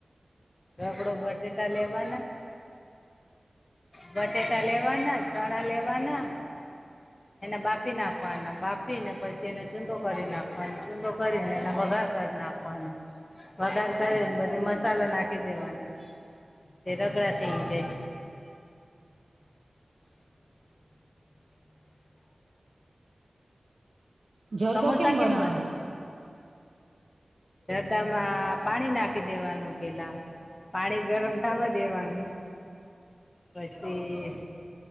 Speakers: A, on the left; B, on the right.
A: રગડો બટેટા લેવાના. બટેટા લેવાના, ચણા લેવાના. એને બાફી નાખવાના, બાફીને પછી એને ચૂંદો કરી નાખવાનો, ચૂંદો કરીને એને વઘાર કર નાખ વઘાર કરને બધી મસાલો નાખી દેવાનો તે રગડા થઈ જાય
B: જરદો
A: સમોસા
B: કેમ બનાવાનો?
A: બને જરદામાં પાણી નાખી દેવાનું પેલા, પાણી ગરમ થાવા દેવાનું. પસી